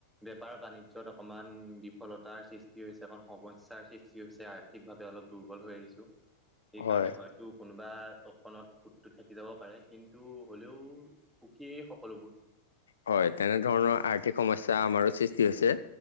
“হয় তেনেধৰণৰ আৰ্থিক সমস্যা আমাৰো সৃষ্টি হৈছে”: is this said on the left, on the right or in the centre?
Left